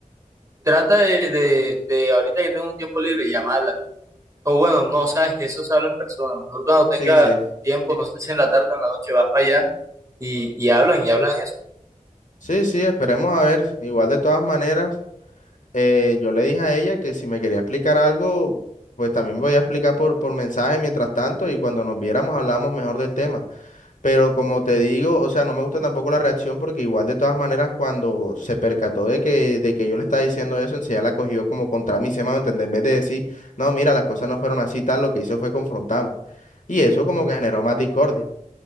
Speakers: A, on the right; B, on the left.
A: trata de, de, de ahorita que tengo un tiempo libre, llamarla. O bueno, no, sabes que eso se habla en persona. Mejor cuando tengas
B: Sí, sí.
A: tiempo, no sé si en la tarde o en la noche vas para allá y, y hablan y hablan eso.
B: Sí, sí, esperemos a ver. Igual de todas maneras, eh, yo le dije a ella que si me quería explicar algo, pues también voy a explicar por, por mensaje mientras tanto y cuando nos viéramos hablamos mejor del tema. Pero como te digo, o sea, no me gusta tampoco la reacción porque igual de todas maneras cuando se percató de que, de que yo le estaba diciendo eso, enseguida la cogió como contra mí, se me va a entender, en vez de decir, no, mira, las cosas no fueron así, tal, lo que hizo fue confrontarme. Y eso como
A: Mm.
B: que generó más discordia.